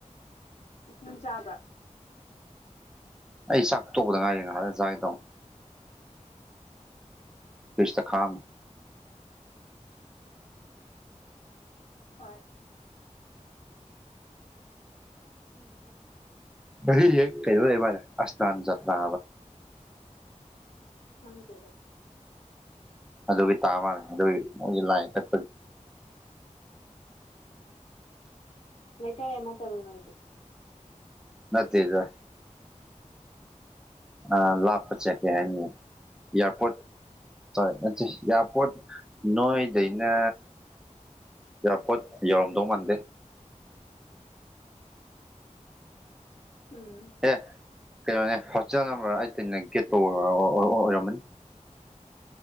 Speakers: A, on the left; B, in the centre.
A: ꯅꯪ ꯆꯥꯕ꯭ꯔꯥ
B: ꯑꯩ ꯆꯥꯛ ꯇꯣꯛꯗ ꯉꯥꯏꯔꯤꯅ ꯍꯣꯔꯦꯟ ꯆꯒꯤꯗꯧꯅꯦ ꯐ꯭ꯔꯤꯖꯗ ꯈꯥꯛ ꯑꯝꯃꯦ
A: ꯍꯣꯏ
B: ꯉꯁꯤꯁꯦ ꯀꯩꯅꯣ ꯂꯩꯕ ꯃꯥꯜꯂꯦ ꯑꯁꯅꯥꯟ ꯖꯇ꯭ꯔꯥ
A: ꯈꯪꯗꯦꯗ
B: ꯑꯗꯨꯒꯤ ꯇꯥꯕ ꯑꯗꯨꯒꯤ ꯂꯥꯏ ꯀꯠꯄꯒꯤ
A: ꯂꯩꯀꯥꯏ ꯑꯃꯇꯔꯣ ꯅꯣꯏꯁꯦ
B: ꯅꯠꯇꯦꯗ ꯑ ꯂꯥꯞꯄ ꯆꯠꯇꯦ ꯍꯥꯏꯕꯅꯦ ꯏꯌꯥꯔꯄꯣꯔꯠ ꯍꯣꯏ ꯄꯣꯠ ꯅꯣꯏꯗꯩꯅ ꯏꯌꯥꯔꯄꯣꯔꯠ ꯌꯧꯔꯝꯗꯧ ꯃꯥꯟꯗꯦ
A: ꯎꯝ
B: ꯑꯦ ꯀꯩꯅꯣꯅꯦ ꯍꯣꯁꯇꯦꯜ ꯅꯝꯕꯔ ꯑꯩꯠꯇꯩꯅꯅ ꯒꯦꯠꯐꯥꯎ ꯑꯣꯏ ꯑꯣꯏꯔꯝꯃꯅꯤ